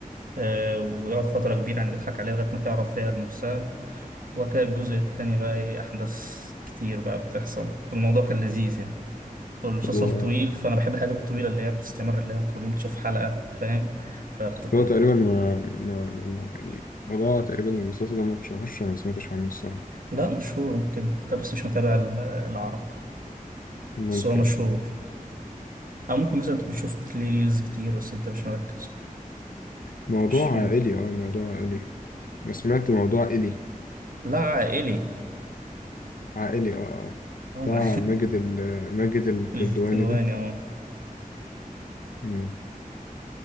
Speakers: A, on the right; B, on the left.
A: آه، ويقعد فترة كبيرة يعني بيضحك عليها لغاية ما تعرف هي لنفسها وكده الجزء التاني بقى إيه أحداث كتير بقى بتحصل الموضوع كان لذيذ يعني والمسلسل
B: طب هو
A: طويل فأنا بحب الحاجات الطويلة اللي هي بتستمر اللي هي كل يوم تشوف حلقة فاهم فبتاخد
B: هو تقريبا ما ما, ما ما- يعني موضوع تقريبا المسلسل ده ما اتشهرش أنا ما سمعتش عنه الصراحة
A: لا مشهور ممكن أنت بس مش متابع ال- العرب
B: ممكن
A: بس هو مشهور أو ممكن مثلا تكون شفت ليه ريلز كتير بس أنت مش مركز
B: موضوع
A: مش
B: عائلي اه موضوع عائلي أنا سمعت موضوع عائلي
A: لا عائلي
B: عائلي اه اه
A: اه
B: بتاع ماجد ال ماجد الكدواني
A: <laughs> الكدواني
B: ده
A: اه
B: مم.